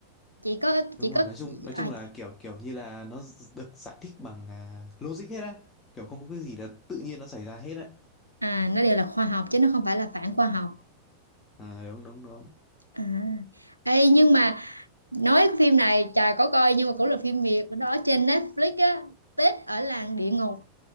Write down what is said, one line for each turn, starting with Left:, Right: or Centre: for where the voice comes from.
Right: chỉ có
Left: đúng
Right: chỉ có
Left: rồi nói chung nói
Right: à,
Left: chung là kiểu kiểu như là nó d- được giải thích bằng à, logic hết á kiểu không có cái gì là tự nhiên nó xảy ra hết á
Right: à nó đều là khoa học chứ nó không phải là phản khoa học
Left: Ờ, đúng đúng đúng
Right: à ê, nhưng mà nói cái phim này chà có coi nhưng mà cũng là phim Việt đó trên Netflix á Tết ở làng địa ngục